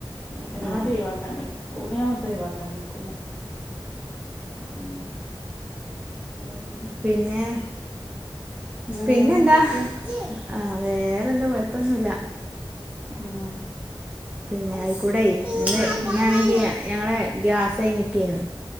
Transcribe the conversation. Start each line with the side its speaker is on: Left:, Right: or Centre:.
Left: അംഗനവാടി
Right: ആ
Left: ഒഴുവാക്കാം സ്കൂള് ഞാൻ ഒഴുവാക്കാൻ നിക്കൂല ഉം പിന്നെ
Right: പിന്നെ
Left: വേറെ
Right: പിന്നെന്താ
Left: എന്തൊക്കെയാ
Right: ആഹ് വേറെന്താ കൊഴപ്പൊന്നുമില്ല
Left: ആഹ
Right: പിന്നെ ആയിക്കൂടെ
Left: ഉം
Right: ഇന്നാണെങ്കിൽ ഞങ്ങളെ ഗ്യാസ് കഴിഞ്ഞേയ്ക്കേനുവേ